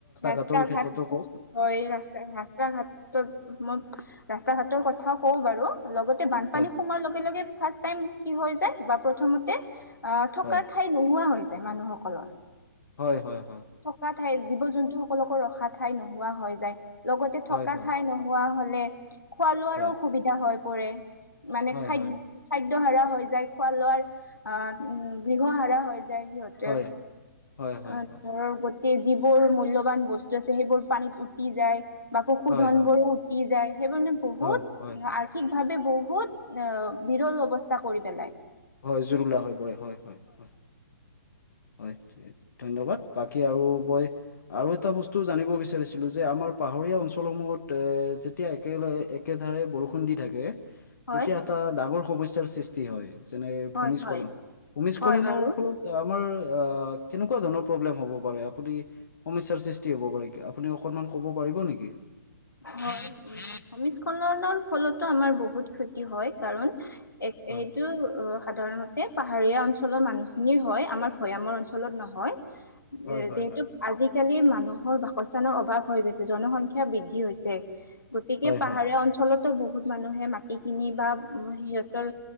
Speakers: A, on the left; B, on the left.
A: ৰাস্তা
B: ঘাটৰ ক্ষেত্ৰতো
A: ঘাট
B: কওক
A: হয়, ৰাস্তা ৰাস্তা ঘাটত মোৰ ৰাস্তা ঘাটৰ কথাও কওঁ বাৰু লগতে বানপানী
B: হয়
A: সোমোৱাৰ লগে লগে ফাৰ্ষ কি হৈ যায় বা প্ৰথমতে আহ থকাৰ
B: হয়
A: ঠাই নোহোৱা হৈ যায় মানুহসকলৰ
B: হয় হয় হয়।
A: থকা ঠাই জীৱ জন্তু সকলকো ৰখা ঠাই নোহোৱা হৈ যায়। লগতে
B: হয়
A: থকা
B: হয়
A: ঠাই নোহোৱা হলে খোৱা লোৱাৰো
B: হয়
A: অসুবিধা হয় পৰে মানে
B: হয়
A: খাদ
B: হয়
A: খাদ হৰা হৈ যায় খোৱা লোৱাৰ আহ উ গৃহ হৰা হৈ যায়। যায় সিহঁতে
B: হয় হয় হয় হয়
A: অ' গোট যিবোৰ মূল্যবান বস্তু আছে সেইবোৰ পানীত উটি যায়। বা পশুধন
B: হয় হয়
A: বো উটি যায় সেইবোৰ মানে বহুত
B: হয় হয়
A: আৰ্থিক। ভাবে বহুত অঁ বিৰল অৱস্থা কৰি পেলাই।
B: হয় জুৰুলা হৈ পৰে হয় হয় হয়। হয় ধন্যবাদ বাকী আৰু মই আৰু এটা বস্তু জানিব বিচাৰিছিলো যে আমাৰ আমাৰ পাহাৰীয়া অঞ্চলসমূহত যেতিয়া একেলগে একেধাৰে বৰষুণ দি থাকে।
A: হয়
B: তেতিয়া এটা ডাঙৰ সমস্যাৰ সৃষ্টি হয়। যেনে
A: হয়
B: ভূমিস্খলন
A: হয়
B: ভূমিস্খলনৰ
A: হয় বাৰু
B: ফলত আমাৰ অঁ কেনেকুৱা ধৰণৰ প্ৰব্লেম হ'ব। আপুনি আ সমস্যাৰ সৃষ্টি কৰিব পাৰিব!
A: হয় উ ভূমিস্খলনৰ ফলতো আমাৰ বহুত ক্ষতি হয় কাৰণ এক
B: হয়
A: সেইটো অঁ সাধাৰণতে পাহাৰীয়া অঞ্চলৰ মানুহখিনিৰ হয় আমাৰ ভৈয়ামৰ অঞ্চলত নহয়
B: হয় হয়
A: যিহেতু
B: হয়
A: আজিকালি মানুহৰ বাসস্থানৰ অভাৱ হৈ গৈছে জনসংখ্যা বৃদ্ধি কি হৈছে গতিকে
B: হয়
A: পাহাৰীয়া
B: হয়
A: অঞ্চলতো ব বহুত মানুহে মাটি কিনি বা সিহঁতৰ